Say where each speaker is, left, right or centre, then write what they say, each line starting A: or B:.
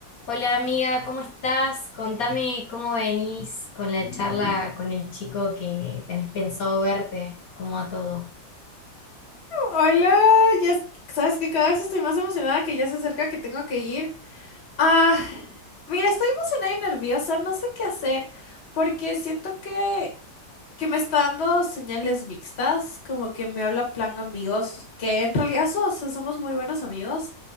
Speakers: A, on the left; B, on the left.
A: Hola amiga, ¿cómo estás? Contame cómo venís con la charla con el chico que tenés pensado verte, cómo a todo.
B: Hola, ya es- sabes que cada vez estoy más emocionada que ya se acerca que tengo que ir. Ah, mira, estoy emocionada y nerviosa, no sé qué hacer, porque siento que, que me está dando señales mixtas, como que me habla plan amigos, que en realidad so- o sea, somos muy buenos amigos,